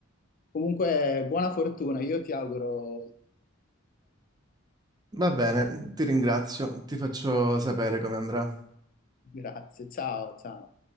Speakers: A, on the left (about 40°); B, on the right (about 20°).
A: Comunque, buona fortuna, io ti auguro.
B: Va bene, ti ringrazio, ti faccio sapere come andrà.
A: Grazie, ciao, ciao.